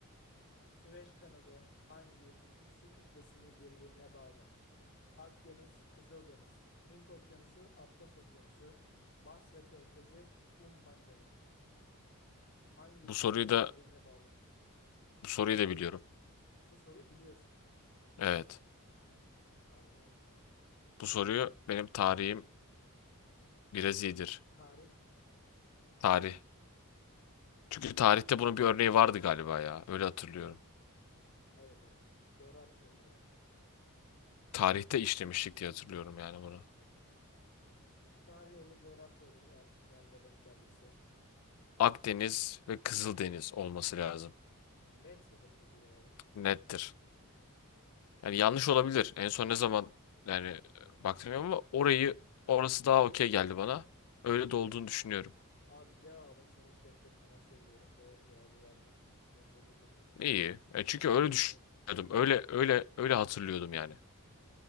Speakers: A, on the left; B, on the left.
A: Süveyş kanalı hangi iki su kütlesini birbirine bağlar? Akdeniz, Kızıldeniz, Hint Okyanusu, Atlas Okyanusu, Basra Körfezi, Umman Denizi. Hangi
B: Bu
A: ikisini
B: soruyu da
A: birbirine bağlar?
B: bu soruyu da biliyorum.
A: Bu soruyu biliyorsun.
B: Evet.
A: Allah Allah.
B: Bu soruyu benim tarihim biraz iyidir.
A: Tarih.
B: Tarih. Çünkü tarihte bunun bir örneği vardı galiba ya. Öyle hatırlıyorum.
A: Evet evet. Doğru hatırlıyorum bu arada.
B: Tarihte işlemiştik diye hatırlıyorum yani bunu.
A: Tarih olur, coğrafya olur. Artık nerede denk geldiyse.
B: Akdeniz ve Kızıldeniz olması lazım.
A: Net midir peki cevabın?
B: Nettir. Yani yanlış olabilir. En son ne zaman yani e, baktım ama orayı orası daha okey geldi bana. Öyle de olduğunu düşünüyorum.
A: Abi cevabın seni hiç bekletmeden söylüyorum. Doğru cevabı verdin. Seni tebrik ediyorum. Hiç
B: İyi.
A: bek beklentimin
B: E çünkü öyle
A: üstüne
B: düşünüyordum.
A: çıktın.
B: Öyle öyle öyle hatırlıyordum yani.